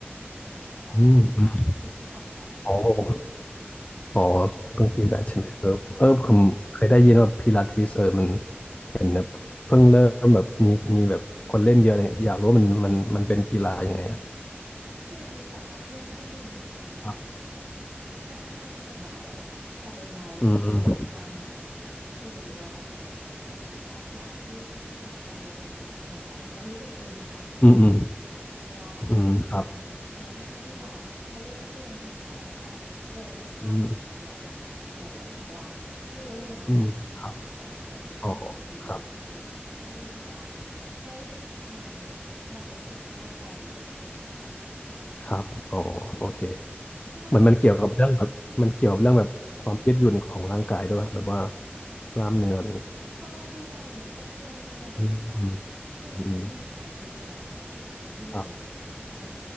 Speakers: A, on the right; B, on the left.
A: เทนนิสแต่ว่าช่วงนี้เพิ่งออกแบดอะค่ะ
B: อืมอืมอ๋ออ๋อ
A: ใช่
B: ต้องตีแบดใช่ไหมเออเออผมเคยได้ยินว่าพิลาทิสเออมัน
A: ใช่
B: เห็นแบบเพิ่งเริ่มแบบมีมีแบบคนเล่นเยอะอะไรเงี้ยอยากรู้ว่ามันมันมันเป็นกีฬายังไงอะ
A: พี่อาทิตย์เหรอคะพี่อาทิตย์จริงๆมันเป็นกีฬาแบบ
B: ครับ
A: ค่อนข้างที่จะเบาแต่เป็นเบาที่
B: อืม
A: กล้ามเนื้อนิดหนึ่งคือบิวว่าปกติส่วนตัวจะไม่ชอบกีฬาที่เป็นคาร์ดิโอหนักๆใช่ไหมคะแล้วก็รู้สึกว่าพิลาทิตย์ตอบโจทย์มาก
B: อืมอืม
A: เพราะว่า
B: อืมอืมครับ
A: มันมันค่อนข้างที่จะมันเล่นเครื่องใช่ไหมคะแล้วมันก็โดนทุกกล้ามเนื้อแล้วแต่คลาสที่เราลงเพราะว่าคือบิวเล่นมานานแล้วเล่นมาสองปีกว่าเรามีช่วงหนึ่งที่บิวหยุดไป
B: อืมอืมครับอ๋อครับ
A: เราก็รู้สึกว่าเฮ้ยมันมันรู้สึกร่างกายเหลวขึ้นละกัน
B: ครับอ๋อโอเค
A: เราพี่ว่าเล่น
B: เหมือนมันเกี่ยวกับเรื่องแบบมันเกี่ยวกับเรื่องแบบความยืดหยุ่นของร่างกายด้วยป่ะแบบว่า
A: ค่ะ
B: กล้ามเนื้ออะไรอย่างเงี้ย
A: ก็ก็ด้วยมันก็ช่วยด้วยรู้สึกว่า
B: อืมอืม
A: คือมันมันช่วยในการยืดด้วยแต่ว่าถ้าอยากไปยืดเลยอะไรอย่างเงี้ยคิดว่า
B: อืมครับ